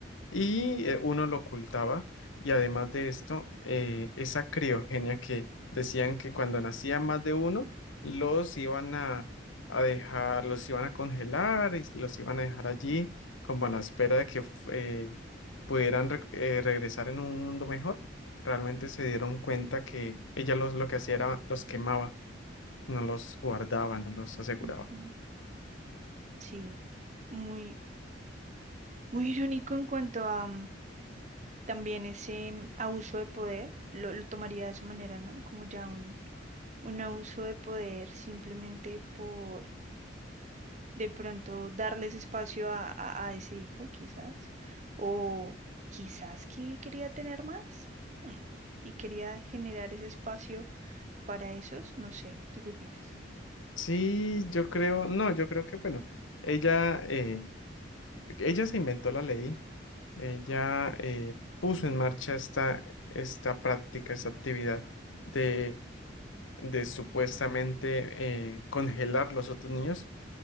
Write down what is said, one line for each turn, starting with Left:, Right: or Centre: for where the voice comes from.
Left: y eh, uno lo ocultaba. Y además de esto, eh, esa criogenia que decían que cuando nacía más de uno, los iban a, a dejar, los iban a congelar y los iban a dejar allí como a la espera de que eh, pudieran re- eh, regresar en un mundo mejor. Realmente se dieron cuenta que ella los, lo que hacía era los quemaba no los guardaba, no los aseguraba.
Right: Ujú. Sí, muy, muy irónico en cuanto a, también ese mm, abuso de poder, lo, lo tomaría de esa manera, ¿no? Como ya un, un abuso de poder simplemente por de pronto darles espacio a, a- a ese hijo, quizás, o quizás que quería tener más mm, y quería generar ese espacio para esos, no sé, ¿tú qué opinas?
Left: Sí, yo creo, no, yo creo que, bueno, ella, eh, ella se inventó la ley, ella eh, puso en marcha esta, esta práctica, esta actividad de, de supuestamente eh, congelar los otros niños